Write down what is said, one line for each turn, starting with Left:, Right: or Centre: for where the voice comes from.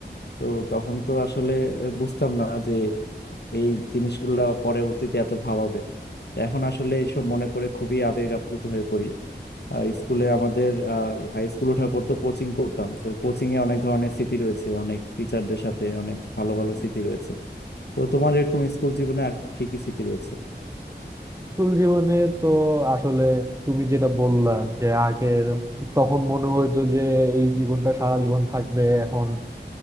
Left: তো তখন তো আসলে বুঝতাম না যে এই জিনিসগুলা পরবর্তীতে এত ভাবাবে তো এখন আসলে এইসব মনে পড়ে খুবই আবেগ আপ্লুত হয়ে পড়ি আর স্কুলে আমাদের হাই স্কুল ওঠার পর তো কোচিং করতাম তো কোচিং এ অনেক ধরনের স্মৃতি রয়েছে অনেক টিচারদের সাথে অনেক ভালো ভালো স্মৃতি রয়েছে তো তোমার এরকম স্কুল জীবনে আর কি কি স্মৃতি রয়েছে
Right: স্কুল জীবনে তো আসলে তুমি যেটা বললা যে আগের তখন মনে হইতো যে এই জীবনটা সারা জীবন থাকবে এখন